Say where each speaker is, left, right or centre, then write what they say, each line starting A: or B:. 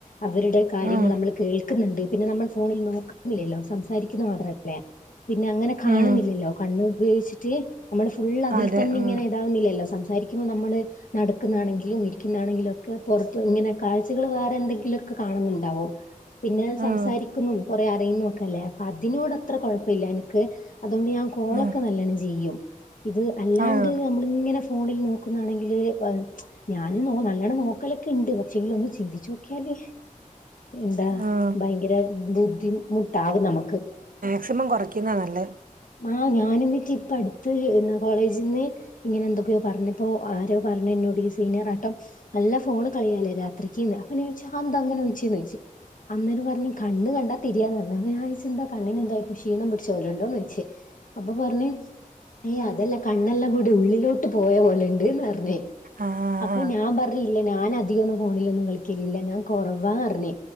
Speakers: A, on the left; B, on the right.
A: അവരുടെ കാര്യങ്ങൾ
B: ഉം
A: നമ്മള് ക്ക്ന്ന്ണ്ട് പിന്നെ നമ്മൾ ഫോണിൽ നോക്ക്ന്നില്ലല്ലോ സംസാരിക്കുന്ന മാത്രല്ലേ പിന്നെ അങ്ങനെ കാണുന്നില്ലല്ലോ
B: ഉം
A: കണ്ണ് ഉപയോഗിച്ചിട്ട് നമ്മള് ഫുള്ള് അതിൽ
B: അതെ
A: തന്നെ
B: ഉം
A: ഇങ്ങനെ താ വന്നില്ലല്ലോ സംസാരിക്കുമ്പോൾ നമ്മള് നടക്കുന്നാണെങ്കിലും ഇരിക്കുന്നാണെങ്കിലും ഒക്കെ പുറത്ത് ഇങ്ങനെ കാഴ്ച്ചകള് വേറെ എന്തെങ്കിലൊക്കെ കാണുന്നുണ്ടാവോ പിന്നെ സംസാരിക്കുന്നും
B: ഉം
A: കൊറെ അറിയുന്നു ഒക്കെ അല്ലേ അപ്പൊ അതിനോട് അത്ര കൊഴപ്പയില്ല എന്ക്ക് അതുകൊണ്ട് ഞാൻ കോളൊക്കെ
B: ഉം
A: നല്ലണം ചെയ്യും ഇത് അല്ലാണ്ട്
B: ആഹ്
A: നമ്മള് ഇങ്ങനെ ഫോണിൽ നോക്കുന്നാണെങ്കില് ആഹ് ഞാനും നോ നല്ലോണം നോക്കലൊക്കെ ഉണ്ട് പക്ഷെ എങ്കില് ഒന്ന് ചിന്തിച്ചു നോക്കിയാല് എന്താ
B: ഉം
A: ഭയങ്കര ബുദ്ധിമുട്ടാവും നമക്ക്
B: ക്സിമം കൊറയ്ക്കുന്ന നല്ലെ
A: ആഹ് ഞാനിന്നിട്ട് ഇപ്പ അട്ത്ത് കോളേജിന്ന് ഇങ്ങനെ എന്തൊക്കൊയോ പറഞ്ഞപ്പോ ആരോ പറഞ്ഞു എന്നോട് ഈ സീനിയറാട്ടം നല്ല ഫോണ് കളിയാലേ രാത്രിക്കീന്ന് അപ്പ ഞാൻ ചോയിച്ച് അയെന്താ അങ്ങനെ ചോയ്ച്ചേന്ന് ചോയ്ച്ചു അന്നേര് പറഞ്ഞ് കണ്ണ് കണ്ടാ തിരിയാന്നറഞ്ഞ് അപ്പഞാനോയ്ച്ച് എന്താ കണ്ണിന് എന്താഴൊപ്പം ക്ഷീണം പിടിച്ചോലുണ്ടോന്നോയ്ച്ച് അപ്പൊ പറഞ്ഞ് ഏയ് അതെല്ല കണ്ണെല്ലാം കൂടി ഉള്ളിലോട്ട് പോയപോലിണ്ട്ന്നറ
B: ആഹ്
A: അപ്പൊ ഞാൻ പറഞ്ഞ് ഇല്ല ഞാനധികോന്നും ഫോണിലൊന്നും കളിക്കലില്ല കൊറവാറിഞ്ഞി